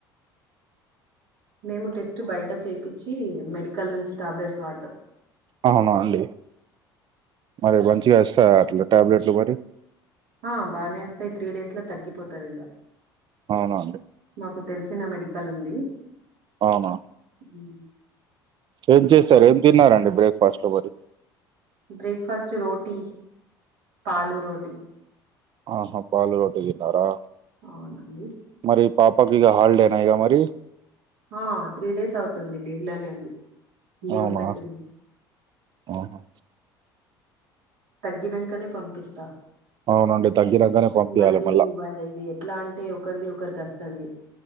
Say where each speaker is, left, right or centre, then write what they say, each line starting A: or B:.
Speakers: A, on the right (about 70°); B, on the right (about 40°).
A: మేము టెస్ట్ బయట చేయిపించి మెడికల్ నుంచి టాబ్లెట్స్ వాడదాం
B: అవునా అండి మరి మంచిగా ఇస్తారా అట్లా టాబ్లెట్లు మరి
A: ఆ బాగానే వస్తాయి త్రీ డేస్ లో తగ్గిపోతాది
B: అవునండి
A: మాకు తెలిసిన మెడికల్ ఉంది
B: అవునా
A: ఉమ్
B: ఏం చేస్తారు ఏం తిన్నారండి బ్రేక్ఫాస్ట్ లో మరి
A: బ్రేక్ఫాస్ట్ రోటీ పాలు రోటీ
B: ఆహా పాలు రోటి తిన్నారా
A: అవునండి
B: మరి పాపకి ఇగ హాలిడేనా ఇగ మరి
A: ఆ త్రీ డేస్ అవుతుంది లీవ్లోనే ఉంది లీవ్
B: అవునా
A: పెట్టిన
B: ఆహా
A: తగినంకానే పంపిస్తా
B: అవునండి తగ్గినంకనే పంపియాలి
A: మళ్ళీ
B: మళ్ళా
A: వాళ్ళ ఇది ఎట్లా అంటే ఒకరిది ఒకరికి వస్తది